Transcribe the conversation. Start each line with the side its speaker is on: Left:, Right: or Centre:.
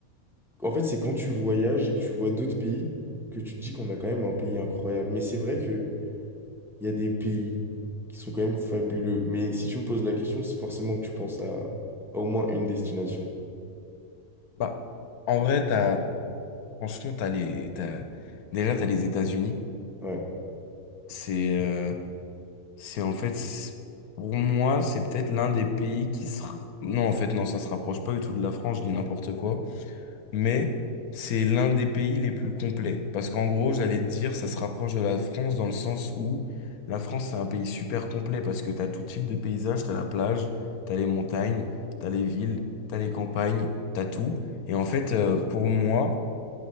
Centre: En fait, c'est quand tu voyages et que tu vois d'autres pays que tu te dis qu'on a quand même un pays incroyable. Mais c'est vrai qu'il y a des pays qui sont quand même fabuleux. Mais si tu me poses la question, c'est forcément que tu penses à, à au moins une destination.
Left: Bah, en vrai, t'as, franchement, t'as les, t'as, déjà, t'as les États-Unis.
Centre: Ouais,
Left: C'est, euh, c'est en fait, c'est- pour moi, c'est peut-être l'un des pays qui sera, non, en fait, non, ça se rapproche pas du tout de la France, je dis n'importe quoi. mais c'est l'un des pays les plus complets. Parce qu'en gros, j'allais te dire, ça se rapproche de la France dans le sens où la France, c'est un pays super complet parce que t'as tout type de paysage, t'as la plage, t'as les montagnes, t'as les villes, t'as les campagnes, t'as tout. Et en fait, euh, pour moi,